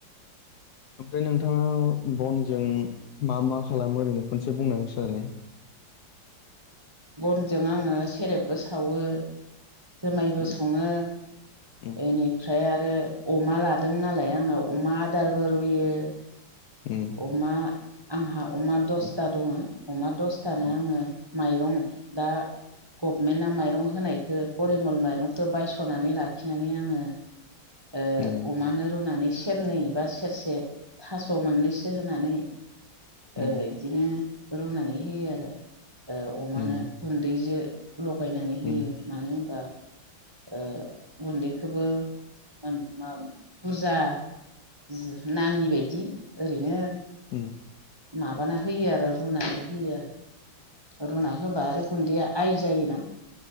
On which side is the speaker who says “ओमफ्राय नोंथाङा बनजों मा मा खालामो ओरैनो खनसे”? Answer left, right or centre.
Left